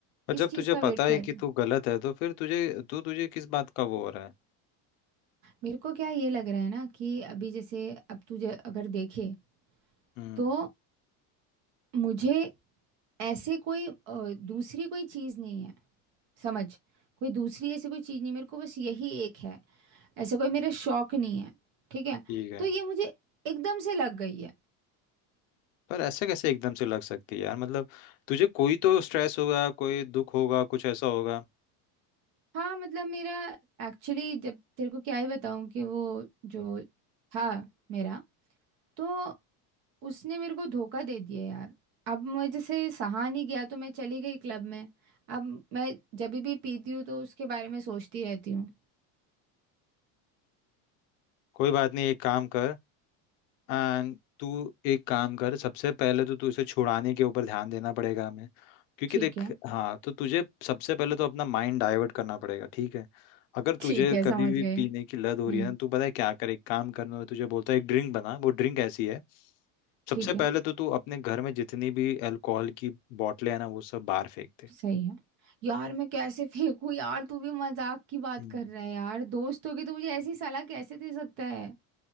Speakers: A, on the left; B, on the right.
A: और
B: किस
A: जब
B: चीज
A: तुझे
B: का
A: पता
B: वेट कर
A: है
B: रही
A: कि
B: हूँ
A: तू गलत है तो फिर तुझे तो तुझे किस बात का वो हो रहा है
B: मेरे को क्या ये लग रहा है ना कि अभी जैसे अब तुझे अगर देखे
A: हम्म
B: तो मुझे ऐसे कोई अ, दूसरी कोई चीज नहीं है समझ कोई दूसरी ऐसी कोई चीज नहीं मेरे को बस यही एक है ऐसे कोई मेरे शौक नहीं है ठीक है
A: ठीक है
B: तो ये मुझे एकदम से लग गई है
A: पर ऐसे कैसे एकदम से लग सकती है यार मतलब तुझे कोई तो स्ट्रेस होगा कोई दुख होगा कुछ ऐसा होगा
B: हाँ मतलब मेरा एक्चुअली जब तेरे को क्या ही बताऊं कि वो जो था मेरा तो उसने मेरे को धोखा दे दिया यार अब मुझे से सहा नहीं गया तो मैं चली गई क्लब में अब मैं जब भी पीती हूँ तो उसके बारे में सोचती रहती हूँ
A: कोई बात नहीं एक काम कर एंड तू एक काम कर सबसे पहले तो तू इसे छुड़ाने के ऊपर ध्यान देना पड़ेगा हमें क्योंकि
B: ठीक
A: देख
B: है
A: हाँ तो तुझे सबसे पहले तो अपना माइंड डाइवर्ट करना पड़ेगा ठीक है अगर तुझे
B: ठीक है
A: कभी
B: समझ
A: भी
B: गए
A: पीने की
B: हम्म
A: लत हो रही है ना तू पता है क्या कर एक काम करना है तुझे बोलता है एक ड्रिंक बना वो ड्रिंक ऐसी है सबसे
B: ठीक
A: पहले
B: है
A: तो तू अपने घर में जितनी भी अल्कोहल की बोतलें हैं ना वो सब बाहर फेंक दे
B: सही है यार मैं कैसे फेंकू यार तू भी मजाक की बात
A: हम्म
B: कर रहा है यार दोस्त होगी तो मुझे ऐसी सलाह कैसे दे सकता है